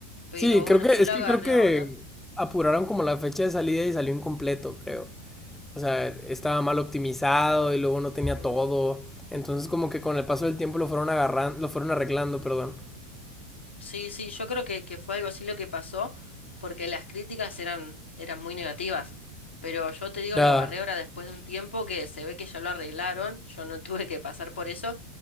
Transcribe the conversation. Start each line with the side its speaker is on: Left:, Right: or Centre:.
Left: Pero
Centre: Sí, creo
Left: bueno,
Centre: que,
Left: yo
Centre: es
Left: lo
Centre: que
Left: agarré
Centre: creo que
Left: ahora.
Centre: apuraron como la fecha de salida y salió incompleto, creo. O sea, estaba mal optimizado y luego no
Left: Ujú.
Centre: tenía todo. Entonces como que con el paso del tiempo lo fueron agarrando, lo fueron arreglando, perdón.
Left: Sí, sí, yo creo que, que fue algo así lo que pasó, porque las críticas eran, eran muy negativas. Pero yo te digo,
Centre: Ya,
Left: lo agarré ahora después de un tiempo que se ve que ya lo arreglaron, yo no <laughs> tuve que pasar por eso.